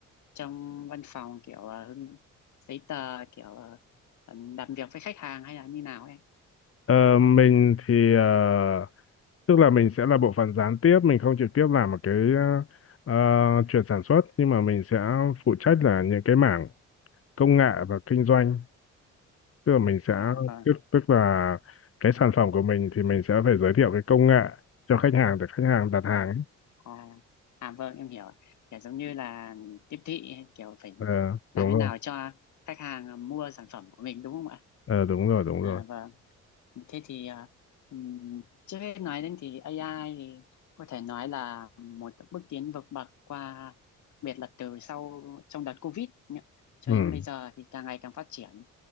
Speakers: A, on the left; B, on the left.
A: trong văn phòng kiểu à, hưng- giấy tờ kiểu à, làm việc với khách hàng hay là như nào em?
B: Ờ, mình thì ờ, tức là mình sẽ là bộ phận gián tiếp, mình không trực tiếp làm một cái ờ, ờ, chuyện sản xuất nhưng mà mình sẽ phụ trách là những cái mảng công nghệ và kinh doanh. Tức là mình sẽ
A: À vâng,
B: tức tức là cái sản phẩm của mình thì mình sẽ phải giới thiệu cái công nghệ cho khách hàng để khách hàng đặt hàng.
A: vâng.
B: ấy.
A: À, à vâng em hiểu. Kiểu giống như là tiếp thị kiểu phải
B: Ờ,
A: làm
B: đúng
A: thế
B: rồi.
A: nào cho khách hàng mua sản phẩm của mình đúng không ạ?
B: Ờ, đúng rồi, đúng
A: À
B: rồi.
A: và thế thì à, ừm, trước hết nói đến thì AI thì có thể nói là một bước tiến vượt bậc qua đặc biệt là từ sau trong đợt Covid nhá. Cho
B: Ừ,
A: đến bây giờ thì càng ngày càng phát triển.